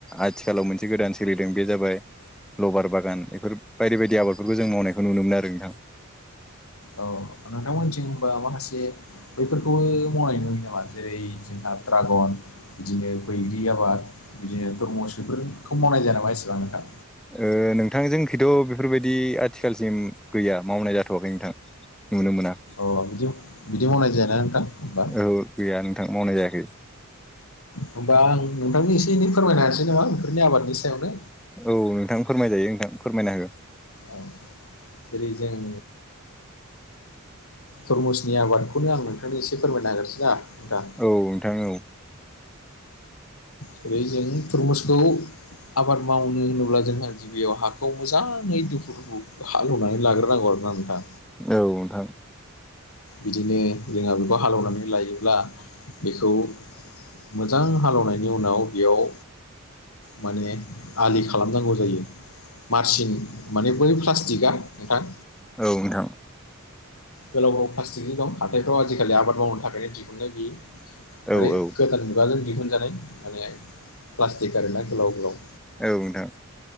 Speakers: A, in the centre; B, on the left.
A: आथिखालाव मोनसे गोदान सोलिदों बे जाबाय लबार बागान बेफोर बायदि बायदि आबादफोरखौ जों मावनायखौ नुनो मोनो आरो नोंथां।
B: औ नोंथांमोनथिं होनबा माखासे बैफोरखौबो मावनाय नुयो नामा जेरै जोंहा ड्रागन बिदिनो बैग्रि आबाद बिदिनो तरमस बेफोरो मावनाय जाया नामा एसेबां नोंथां?
A: ओ नोंथां जोंखिथ' बेफोरबायदि आथिखालसिम गैया मावनाय जाथ'वाखै नोंथां। नुनो मोना
B: अ बिदि बिदि मावनाय जायाना नोंथां? होमबा
A: औ गैया नोंथां मावनाय जायाखै।
B: होमबा आं नोंथांनो एसे एनै फोरमायनो हानोसै नामा बेफोरनि आबादनि सायावनो।
A: औ नोंथां फोरमायजायो नोंथां फोरमायनो हो।
B: औ जेरै जों थधरमुसनि आबादखौनो आं नोंथांनो एसे फोरमायना होगोरसैना नोंथां
A: औ नोंथां औ
B: जेरै जों तुरमुसखौ आबाद मावनो होनोब्ला जोंहा गिबियाव हाखौ मोजाङै दुफु दुफु हालौ ना लाग्रो नांगौ आरो ना नोंथां।
A: औ नोंथां।
B: बिदिनो जोंहा बेखौ हालेवनानै लायोब्ला बेखौ मोजां हालेनायनि उनाव बेयाव माने आलि खालामनांगौ जायो मारसिन माने बै प्लास्टिकआ नोंथां
A: औ नोंथां।
B: गोलाव गोलाव प्लास्टिकनि दं हाथायफ्राव आजिखालि आबाद मावनो थाखायनो दिहुननाय बियो। माने
A: औ नोंथां औ
B: गोदान मुगाजों दिहुनजानाय माने प्लास्टिक आरो ना गोलाव गोलाव
A: औ नोंथां।